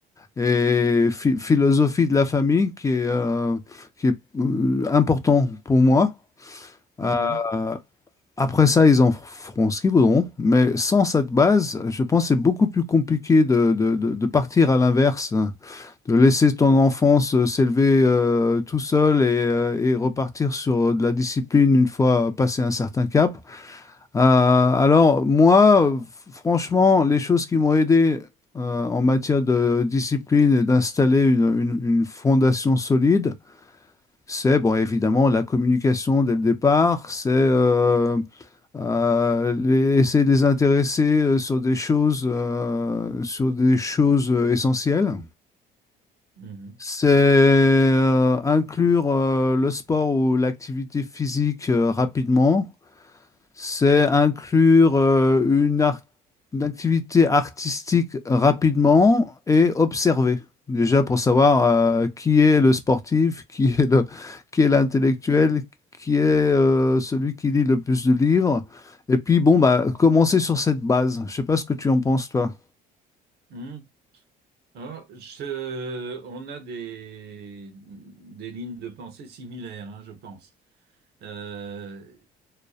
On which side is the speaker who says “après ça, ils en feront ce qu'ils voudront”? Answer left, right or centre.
Left